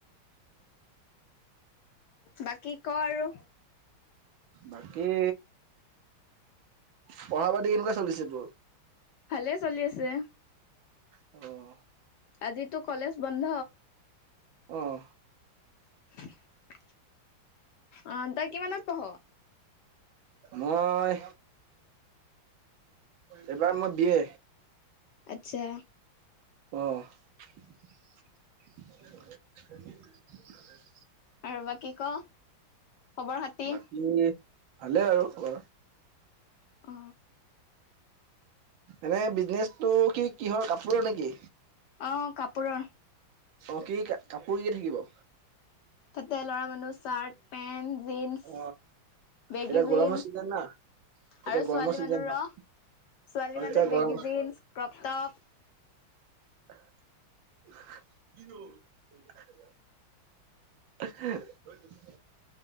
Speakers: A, on the left; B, on the right.
A: বাকী ক' আৰু।
B: বাকী পঢ়া-পাতি কেনেকুৱা চলিছে তোৰ?
A: ভালে চলি আছে।
B: অ'।
A: আজিতো কলেজ বন্ধ?
B: অ'।
A: <inaudible> অ', তই কিমানত পঢ়?
B: মই, এইবাৰ মই বি এ
A: আচ্ছা
B: অ'। <inaudible>
A: আৰু বাকী ক' খবৰ খাতি
B: বাকী ভালেই বাৰু খবৰ
A: অ
B: এনেই বিজনেচটো কি কিহৰ কাপোৰৰ নেকি?
A: অ', কাপোৰৰ।
B: অ', কি কাপোৰ কি কি থাকিব?
A: তাতে ল'ৰা মানুহৰ চাৰ্ট পেন্ট জিন্চ।
B: অ
A: বেগী
B: এতিয়া
A: জিন্চ
B: গৰমৰ চিজন না এতিয়া
A: আৰু
B: গৰমৰ
A: ছোৱালী
B: চিজন
A: মানুহৰ
B: হয়
A: ছোৱালী
B: অ
A: মানুহৰ
B: এতিয়া গৰম
A: বেগী জিন্স ক্ৰপটপ।
B: <inaudible> <inaudible>